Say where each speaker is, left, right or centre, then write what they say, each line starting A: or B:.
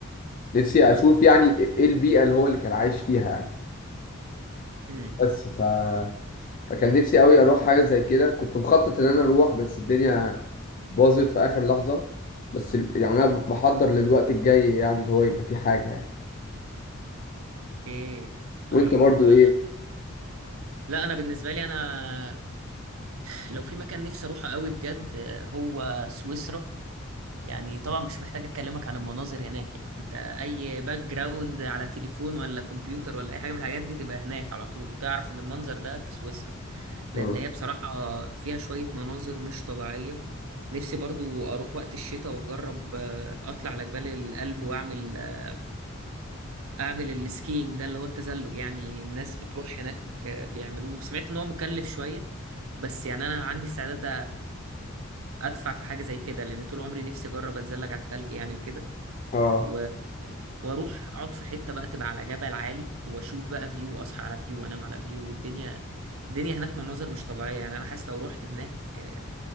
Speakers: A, on the left; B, on the right.
A: نفسي أشوف يعني إيه البيئة اللي هو اللي كان عايش فيها يعني
B: امم
A: بس ف فكان نفسي قوي أروح حاجة زي كده كنت مخطط إن أنا أروح بس الدنيا باظت في آخر لحظة بس ال- يعني أنا بحضر للوقت الجاي يعني اللي هو يبقى فيه حاجة يعني
B: اوكي طيب
A: وأنت برضه
B: آه،
A: إيه؟
B: لا انا بالنسبة لي انا <laughs> لو في مكان نفسي اروحه قوي بجد آه، هو سويسرا يعني طبعا مش محتاج اكلمك عن المناظر هناك يعني انت اي باك جراوند على تليفون ولا كمبيوتر ولا اي حاجه من الحاجات دي تبقى هناك على طول تعرف ان المنظر ده في سويسرا لان
A: اه
B: هي بصراحه فيها شويه مناظر مش طبيعيه نفسي برضو اروح وقت الشتاء واجرب آه، اطلع على جبال الألب واعمل آه، اعمل السكينج ده اللي هو التزلج يعني الناس بتروح هناك آه، بيعملوه سمعت ان هو مكلف شويه بس يعني انا عندي استعداد ادفع في حاجه زي كده لان طول عمري نفسي اجرب اتزلج على التلج يعني وكده
A: آه.
B: و... واروح اقعد في حته بقى تبقى على جبل عالي واشوف بقى فيو اصحى على فيو انام على فيو الدنيا الدنيا هناك مناظر مش طبيعيه يعني انا حاسس لو رحت هناك آه،